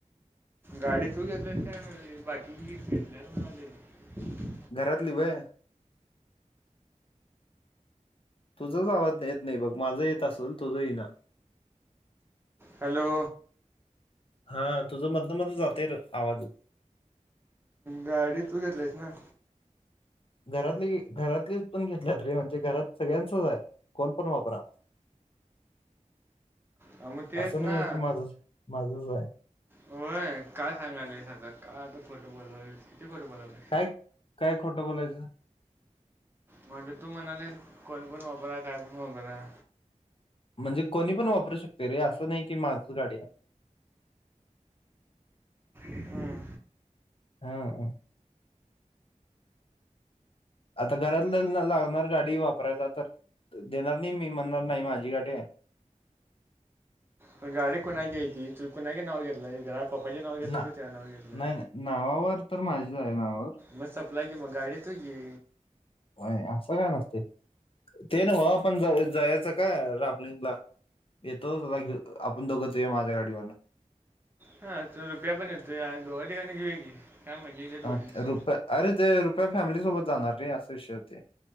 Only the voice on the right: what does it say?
गाडी तू घेतलायस बाकीची घेतल्यात म्हणालोय.
हॅलो.
गाडी तू घेतलीस ना.
हा मग तेच
ना.
होय काय सांगालेस. काय आता खोटं बोलायलास किती खोटं बोलायलास.
म्हणजे तू म्हणाली, कोण पण वापरा काय पण वापरा.
हम्म.
पण गाडी कुणाची आहे ती कुणाच्या नावावर घेतलाय? घरात पप्पाच्या नाववर घेतलास
का तुझ्या नावावर घेतय?
मग सपला की मग गाडी तू घे.
हा तो रुप्या पण येतोय, आणि दोघा तीघाना घेऊया की. काय मजा येते थोडीच